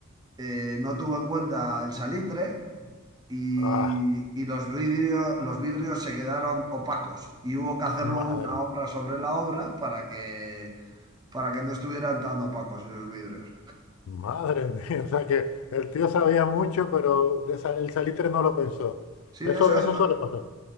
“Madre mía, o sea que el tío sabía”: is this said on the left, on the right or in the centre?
Left